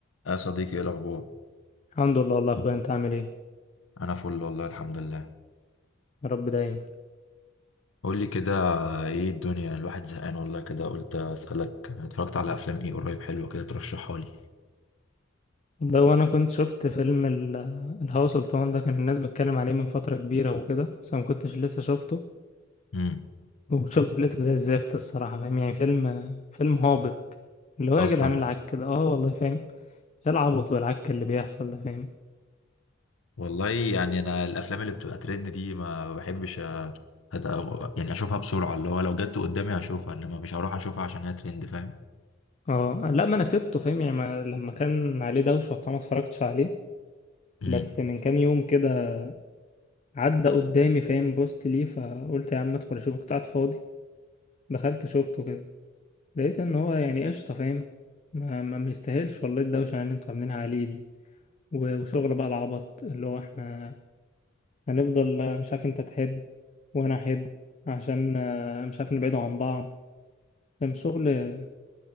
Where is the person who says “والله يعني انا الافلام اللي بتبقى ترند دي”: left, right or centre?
Left